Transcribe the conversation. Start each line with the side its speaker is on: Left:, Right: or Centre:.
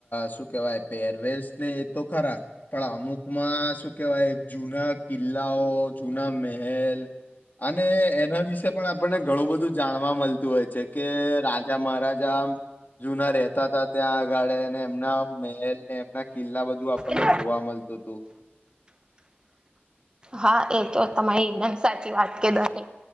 Left: શું કેહેવાય પેરવેસ ને એ તો ખરા અમુક માં શું કેહેવાય જૂના કિલ્લાઓ જૂના મહેલ અને એના વિશે પણ આપણને ઘણું બધું જાણવા મળતું હોય છે કે મહારાજા જુના રહેતા હતા ત્યાં આગળને એમના મહેલને એમના કિલ્લા બધું આપણને
Right: એમ
Left: જોવા મળતું <unintelligible>
Right: હા એ તો તમારી એકદમ સાચી વાત કે દરે